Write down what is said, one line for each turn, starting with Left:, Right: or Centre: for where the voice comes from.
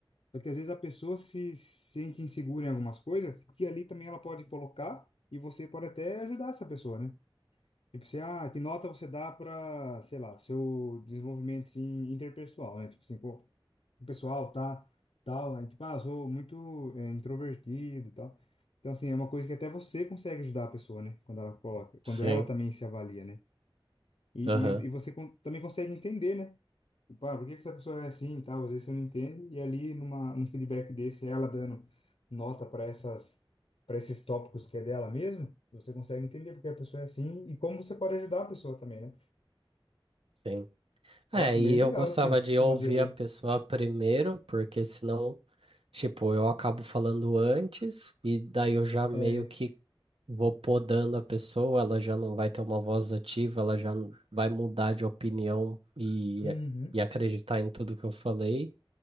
Left: Só que às vezes a pessoa se sente insegura em algumas coisas, que ali também ela pode colocar e você pode até ajudar essa pessoa, né? Tipo, você, ah, que nota você dá para, sei lá, seu desenvolvimento assim, interpessoal, né? Tipo assim, pô, o pessoal tá, tal, aí tipo, ah, eu sou muito é, introvertido e tal. Então, assim, é uma coisa que até você consegue ajudar a pessoa, né? Quando ela coloca, quando
Right: sim,
Left: ela também se avalia, né? E,
Right: aham,
Left: e, e você con- também consegue entender, né? Tipo, ah, por que que essa pessoa é assim e tal? Às vezes você não entende, e ali numa, num feedback desse, ela dando nota para essas, para esses tópicos que é dela mesmo, você consegue entender porque a pessoa é assim e como você pode ajudar a pessoa também, né?
Right: sim. É,
Left: Nossa,
Right: e
Left: bem
Right: eu
Left: legal
Right: gostava
Left: esse,
Right: de
Left: esse
Right: ouvir
Left: modelo aí.
Right: a pessoa primeiro, porque senão, tipo, eu acabo falando antes e daí eu já meio
Left: É,
Right: que vou podando a pessoa, ela já não vai ter uma voz ativa, ela já não- vai mudar de opinião e,
Left: uhum,
Right: e acreditar em tudo que eu falei.